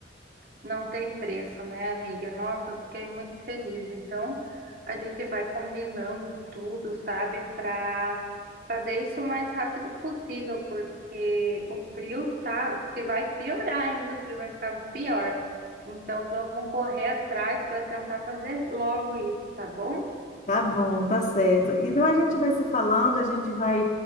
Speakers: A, on the right; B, on the left.
A: Não tem preço, né, amiga? Nossa, eu fiquei muito feliz. Então, a gente vai combinando tudo, sabe, para fazer isso o mais rápido possível, porque o frio tá, diz que vai piorar ainda, o frio vai ficar pior. Então, vamos correr atrás para tentar fazer logo isso, tá bom?
B: Tá bom, tá certo. Então a gente vai se falando, a gente vai.